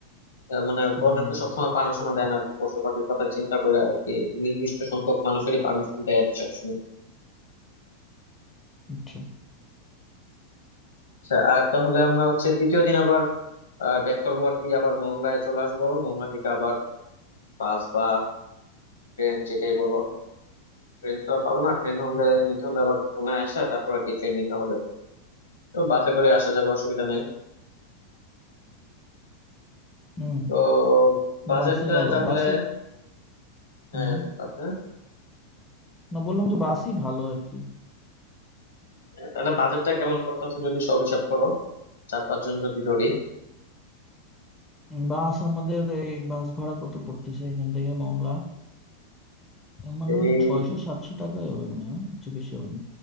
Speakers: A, on the left; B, on the left.
A: আহ, মানে
B: হুম
A: বন্যাটা সবসময় পারমিশনও দেয় না পশু পাখির কথা চিন্তা করে আর কি নির্দিষ্ট সংখ্যক মানুষেরই পারমিশন দেয় আর কি সবসময়
B: আচ্ছা
A: আচ্ছা আর তাহলে আমরা হচ্ছে তৃতীয় দিন আবার ব্যাক করবো আর কি আবার মংলায় চলে আসবো মংলা থেকে আবার বাস বা ট্রেন যেটাই বলো ট্রেন তো আর পাবো না ট্রেন হলে নিতে হলে আবার খুলনায় আসা তারপর আর কি ট্রেন নিতে হবে তো বাসে করে আসা যাবে অসুবিধা নেই
B: হুম
A: তো বাজেটটা
B: বাসে ভালো
A: তাহলে
B: বাসে
A: আহ,
B: হুম
A: আচ্ছা,
B: না বললাম যে বাসই ভালো আর কি
A: আহ, তাহলে বাজেটটা কেমন পড়তেছে যদি সব হিসাব করো চার পাঁচজন যদি ধরি
B: বাস আমাদের এই বাস ভাড়া কত পড়তেছে এখান থেকে মংলা এর মানে
A: এই
B: মানে ছয়শো সাতশো টাকাই হবে মনে হয় না কিছু বেশি হবে না